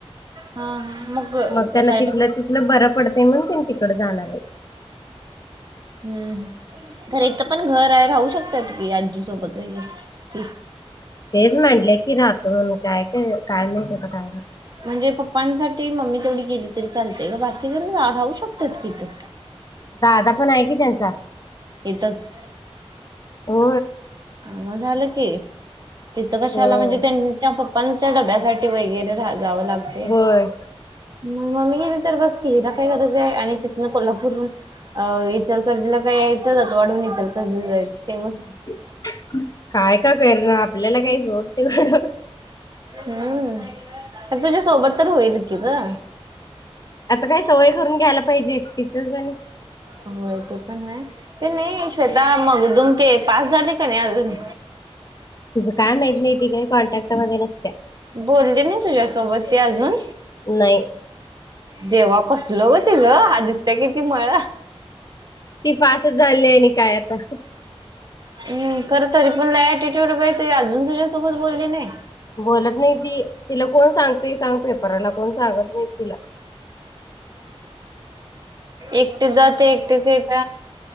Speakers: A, on the right; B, on the left.
A: हा हा राहायला
B: मग त्यांना तिथलं बरा पडतय म्हण त्यां तिकडडे जाणार आहेत
A: हम्म खर इथं पण घर आहे राहू शकतात की आजी सोबत ती
B: तेच म्हांडले की राहतो काय काय काय नाही करता काय
A: म्हणजे पप्पांसाठी मम्मी तेथवडीी गेली तरी चालते ग बाकी जण राहू शकतात किथं
B: दादा पण आहे की त्यांचा
A: इथच
B: हो
A: मग झालं की तिथं
B: हो
A: कशा आला म्हणजे त्यां पप्पांच्या डब्यासाठी वगैरे जावं लागते
B: होय.
A: मग म मी ना तर बस किला काय गरज आहे आणि तिथून कोल्हापूरून अ इचलकर्जीला काय यायचंचात वाढवून इचलकर्जीला जायचं सेमच
B: काय का कर ना आपल्याला काही सोडते घडं
A: हम्म तुझ्या सोबत तर होईल कि ग
B: आता काय सवय करून घ्यायला पाहिजे एक तीचच आणि
A: होय ते पण ह ते नाही श्वेता मग दुम ते पास झाले का नाही अजून
B: तुझ काय माहित नाही त काय कॉन्ट्रॅक्ट मध्ये नसत्या.
A: बोलले ना तुझ्यासोबत ते अजून.
B: नाही.
A: जेव्हा कसल ग तिज आदित्य किती मया
B: ती फासच झाली आहे आणि काय आता.
A: हम् खरं तरी पण लय अटिट्यूड बा तु अजून तुझ्यासोबत बोलली नाही.
B: बोलत नाही ती तिला कोण सांगते सांग पेपराला कोण सांगत नाही तिला.
A: एकटेच जात एकटेच येत.